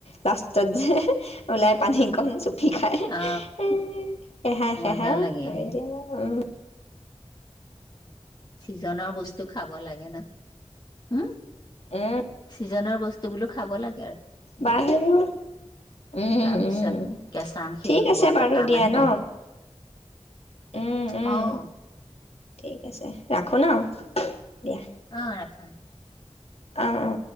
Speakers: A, on the left; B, on the left.
A: লাষ্টত যে ওলাই পানীকন চুপি খাই
B: অ
A: এ এহাই খেহাই
B: মজা লাগে
A: এ হয়
B: হে
A: দিয়া উম
B: চিজনৰ বস্তু খাব লাগে ন উম
A: উম
B: সিজনৰ বস্তু। বোলো খাব লাগে। আৰু
A: বাৰু উম
B: তাৰপিছত
A: উম
B: কেঁচাম শেষ
A: ঠিক
B: হব
A: আছে বাৰু
B: পকাম
A: দিয়া
B: আহিব
A: ন
B: অহ।
A: উম উম ঠিক আছে ৰাখো ন দিয়া।
B: অ ৰাখা।
A: অহ অ।